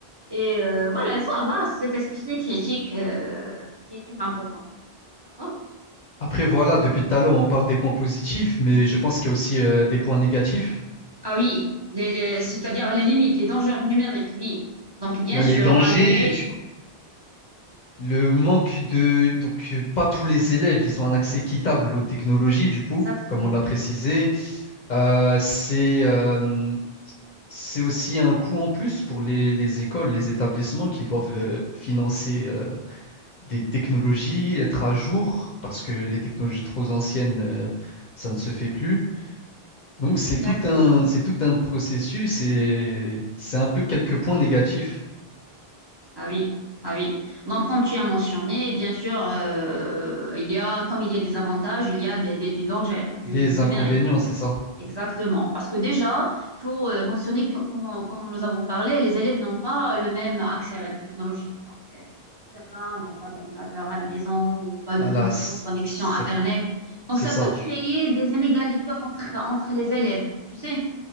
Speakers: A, on the right; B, on the left.
A: Et euh, voilà, il faut avoir cet esprit critique euh, qui est très important. D'accord?
B: Après, voilà, depuis tout à l'heure, on parle des points positifs, mais je pense qu'il y a aussi euh, des points négatifs.
A: Ah oui, les- les- c'est-à-dire les limites, les dangers numériques, oui. Donc, bien
B: Il y a
A: sûr,
B: les dangers,
A: malgré
B: du Le manque de... Donc, euh, pas tous les élèves, ils ont un accès équitable aux technologies, du coup,
A: Exactement,
B: comme on l'a précisé. Euh, c'est euh, c'est aussi un coût en plus pour les, les écoles, les établissements qui doivent euh, financer euh, des technologies, être à jour, parce que les technologies trop anciennes, euh, ça ne se fait plus. Donc c'est
A: exactement.
B: tout un, c'est tout un processus et c'est un peu quelques points négatifs,
A: Ah oui, ah oui. Donc, comme tu as mentionné, bien sûr, euh, il y a, comme il y a des avantages, il y a des, des- des dangers du,
B: des
A: du numérique.
B: inconvénients, c'est ça.
A: Exactement. Parce que déjà, il faut euh, mentionner que, comme, on- comme nous avons parlé, les élèves n'ont pas le même accès à la technologie. Donc, euh, certains n'ont pas d'ordinateur à la maison ou pas de
B: À
A: bonne,
B: la, cer-
A: bonne connexion Internet. Donc,
B: c'est
A: ça
B: ça.
A: peut créer des inégalités entre, entre les élèves, tu sais.